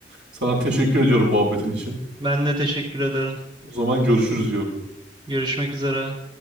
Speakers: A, on the right (about 85°); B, on the right (about 30°).
A: Sana teşekkür ediyorum muhabbetin için.
B: Ben de teşekkür ederim.
A: O zaman görüşürüz diyorum.
B: Görüşmek üzere.